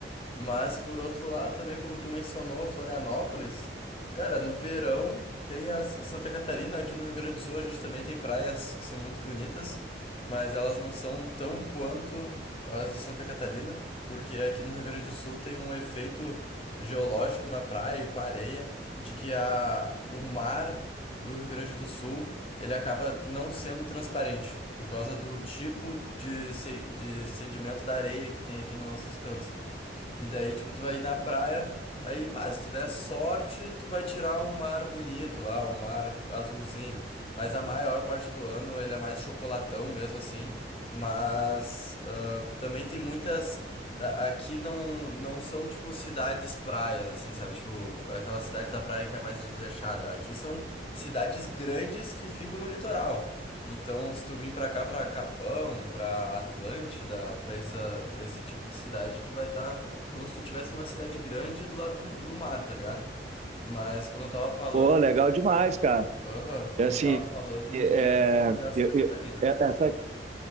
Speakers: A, on the left; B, on the right.
A: Mas, por outro lado, também, como tu mencionou, Florianópolis, cara, no verão tem a S- Santa Catarina, aqui no Rio Grande do Sul a gente também tem praias que são muito bonitas, mas elas não são tão quanto as de Santa Catarina, porque aqui no Rio Grande do Sul tem um efeito geológico na praia e com a areia, de que a, o mar do Rio Grande do Sul, ele acaba não sendo transparente, por causa do tipo de, se- de sedimento da areia que tem aqui nos nossos cantos. E daí, tipo, tu vai ir na praia, aí, pá, se tu der sorte, tu vai tirar um mar bonito lá, um mar azulzinho. Mas a maior parte do ano ele é mais chocolatão mesmo, assim. Mas ah, também tem muitas. na- Aqui não, não são, tipo, cidades praias, assim, sabe? Tipo, aquela cidade da praia que é mais desleixada. Aqui são cidades grandes que ficam no litoral. Então, se tu vir pra cá, pra Capão, pra Atlântida, pra essa, pra esse tipo de cidade, tu vai estar como se tu tivesse uma cidade grande do lado do, do mar, tá ligado? Mas como eu tava falando,
B: Pô, legal demais, cara.
A: aham, como
B: É assim,
A: eu tava falando, no
B: é,
A: verão é melhor Santa
B: eu-
A: Catarina.
B: eu- é- essa,